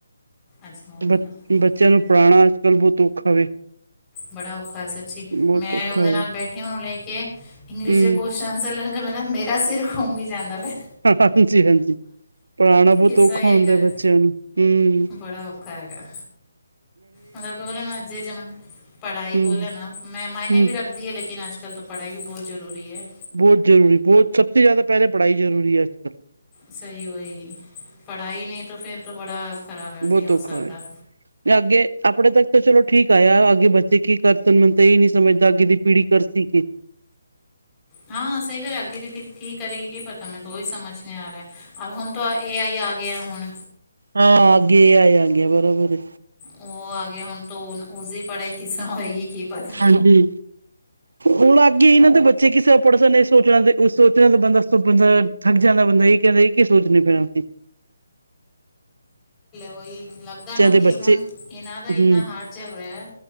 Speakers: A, on the left; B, on the right.
A: ਅੱਛਾ ਹੋ ਗਈ
B: ਬ
A: ਨਾ
B: ਬੱਚਿਆਂ
A: ਠੀਕ ਹੈ
B: ਨੂੰ ਪੜਾਉਨਾਂ ਅੱਜ ਕੱਲ੍ਹ ਬਹੁਤ ਔਖਾ ਵੇ।
A: ਬੜਾ ਔਖਾ ਸੱਚੀ।
B: ਬਹੁਤ
A: ਮੈਂ
B: ਔਖਾ
A: ਉਹਦੇ
B: ਵੇ
A: ਨਾਲ ਬੈਠੀ ਉਹਨੂੰ ਲੈ ਕੇ ਇੰਗਲਿਸ਼
B: ਹੂੰ
A: ਦੇ ਕੋਸਚਨਸ ਆਨਾਰਸ। ਮਤਲਬ ਮੇਰਾ ਸਿਰ ਘੁੰਮ ਹੀ ਜਾਂਦਾ ਵੇਂ।
B: ਹਾਂ ਜੀ ਹਾਂ ਜੀ। ਪੜ੍ਹਾਉਣਾ ਬਹੁਤ
A: ਕਿਸਾ
B: ਔਖਾ
A: ਇਹ
B: ਹੁੰਦਾ
A: ਕਰ
B: ਬੱਚਿਆਂ ਨੂੰ ਹਮ।
A: ਬੜਾ ਔਖਾ ਹੈਗਾ ਮਤਲਬ ਬੋ ਨਾ ਅਜੇ ਜਮਾਨੇ ਪੜ੍ਹਾਈ
B: ਹੂੰ
A: ਬੋਲ ਨਾ ਮਹਿਮਾਇਨੇ
B: ਹੂੰ
A: ਵੀ ਰੱਖਦੀ ਹੈ। ਲੇਕਿਨ ਅੱਜ। ਚੱਲ ਤੋਂ ਪੜਾਈ ਵੀ ਬਹੁਤ ਜ਼ਰੂਰੀ ਹੈ।
B: ਬਹੁਤ ਜ਼ਰੂਰੀ ਬਹੁਤ ਸਭ ਤੇ ਜ਼ਿਆਦਾ ਪਹਿਲੇ ਪੜ੍ਹਾਈ ਜ਼ਰੂਰੀ ਹੈ ਅੱਜ ਕਲ।
A: ਸਹੀ ਹੋਹੀ। ਪੜ੍ਹਾਈ ਨਹੀਂ ਤਾਂ ਫਿਰ ਤੇ ਬੜਾ ਖਰਾਬ
B: ਬਹੁਤ
A: ਨਹੀਂ ਹੋ
B: ਔਖਾ
A: ਸਕਦਾ।
B: ਵੇ ਅੱਗੇ ਆਪਣੇ ਤੱਕ ਤਾਂ ਚਲੋ ਠੀਕ ਆਇਆ। ਅੱਗੇ ਬੱਚੇ ਕੀ ਕਰ ਸਕਣ। ਮੈਨੂੰ ਤਾਂ ਇਹ ਨੀ ਸਮਝਦਾ ਅੱਗੇ ਦੀ। ਪੀੜੀ ਕਰ ਸੀ ਕਿ।
A: ਹਾਂ ਸਹੀ ਗੱਲ ਅਗੀ ਦੀ ਫ ਕੀ। ਕਰੇ ਕੀ ਪਤਾ ਮੈਨੂੰ ਉਹੀ ਸਮਝ ਨ ਆ ਰਿਹਾ ਹੁਣ ਤਾਂ ਇਹ ਆਈ ਆ ਗਿਆ ਹੁਣ।
B: ਹਾਂ ਅਗੇ ਆਏ ਆ ਗਿਆ ਬਰਾਬਰ।
A: ਉਹ ਆ ਗ ਹੁਣ ਤ ਉਸਦੀ ਪੜ੍ਹਾਈ ਕਿਸਰ ਹੋਏਗੀ ਕੀ ਪਤਾ।
B: ਹਾਂਜੀ। ਹੁਣ ਅੱਗੇ ਹੀ ਨਾ ਤੇ ਬੱਚੇ ਕਿਸੇ ਆਪਪੜਸ ਨਹੀਂ ਸੋਚਣਾ ਤੇ। ਉਹ ਸੋਚਣਾ ਤਾਂ ਬੰਦਾ ਬੰਦਾ ਥੱਕ ਜਾਂਦਾ ਬੰਦਾ ਇਹ ਕਹਿੰਦਾ ਇਹ ਕੀ ਸੋਚਦੇ ਫਿਰ।
A: ਕੋਈ ਲੱਗਦਾ ਨਾ ਕਿ
B: ਦੇ ਬੱਚੇ
A: ਹੁਣ ਇਹਨਾਂ ਦਾ ਇੰਨਾ
B: ਹੂੰ
A: ਹਾਰ ਚੱਲ ਰਿਹਾ ਹੈ